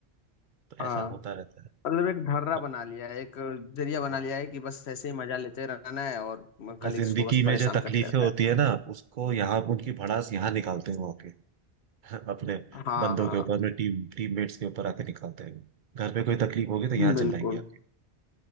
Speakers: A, on the right (about 55°); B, on the left (about 80°).
A: तो
B: हाँ
A: ऐसा होता रहता है
B: मतलब एक ढर्रा
A: अब
B: बना लिया है एक जरिया बना
A: हाँ,
B: लिया है कि बस ऐसे ही मजा लेते रहना है और
A: अपना
B: कलीग्स
A: जिंदगी
B: को बस परेशान
A: में जो तकलीफें
B: करते रहना
A: होती है ना उसको यहाँ उनकी भड़ास यहाँ निकालते हैं वहाँ के <laughs> अपने
B: है हाँ
A: बंदों
B: हाँ
A: के ऊपर अपने टीम टीममेट्स के ऊपर आके निकालते हैं घर पे कोई तकलीफ होगी तो यहाँ
B: बिल्कुल
A: चिल्लाएंगे आके